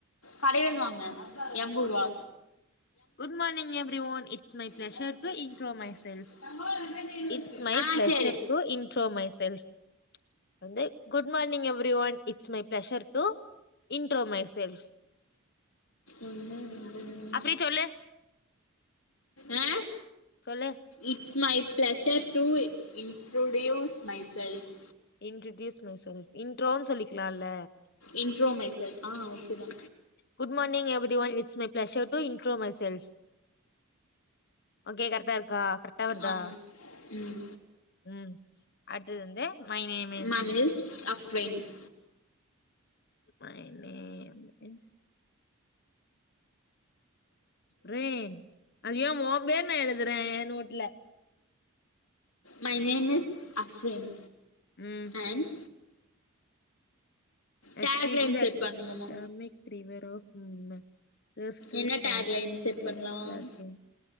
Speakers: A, on the left; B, on the left.
A: கடைலந்து வாங்னே எம்புர்வா
B: good morning everyone it's my பிளெஷர்
A: எல்லாமே
B: டு
A: இருக்கு.
B: இன்ட்ரோ மை செல்ஸ்
A: தங்கம் ரெண்டாயிரத்தி ஐநூறு
B: இட்ஸ்
A: இருக்கு
B: மை
A: ஆ
B: pleasure
A: சரி
B: to intro myself வந்து good morning everyone it's my pleasure to intro myself
A: ஒன்னு ரெண்டு மூணு
B: அப்படி சொல்லு
A: ஆ
B: சொல்லு
A: it's my pleasure to introduce myself
B: introduce myself இன்ட்ரோனு சொல்லிக்கலால்ல
A: இன்ட்ரோ மை செல்ஃப் ஆ ஓகே தா
B: good morning everyone it's my pleasure to intro myself okay கரெக்டா இருக்கா கரெக்டா வர்தா
A: ஆ ம்
B: ம் அடுத்தது வந்து my name
A: <unintelligible>
B: is my name is ரேன் அதுயே ஓம் பேர்ன்னா எழுதுறே ஏ நோட்ல
A: மை நேம் இஸ் அஃப்ரின்
B: ம்
A: ஆண்ட்
B: எஸ்டே
A: டேக்லைன்
B: <unintelligible>
A: செட் பண்ணுமாமா என்ன டேக்லைன் செட் பண்ணலாம்
B: <unintelligible>